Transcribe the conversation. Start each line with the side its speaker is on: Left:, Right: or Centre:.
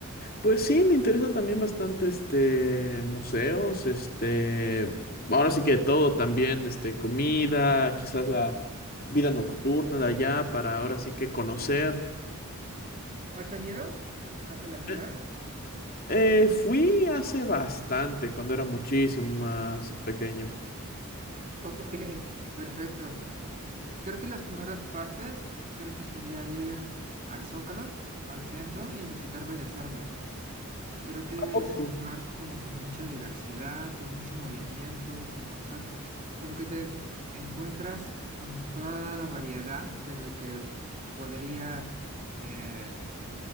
Left: Pues sí, me interesa también bastante este museos, este, ahora sí que todo también, este, comida, quizás la vida nocturna de allá para ahora sí que conocer.
Right: ¿Has venido a, a la ciudad?
Left: Eh, eh, fui hace bastante, cuando era muchísimo más pequeño.
Right: O- ok, perfecto. Creo que las primeras partes, creo que sería ir al Zócalo, al centro y visitar Bellas Artes. Creo que
Left: ¿A poco?
Right: es un lugar como con mucha diversidad, con mucho movimiento, con, mu- o sea, como que te encuentras con toda la variedad de lo que podría eh,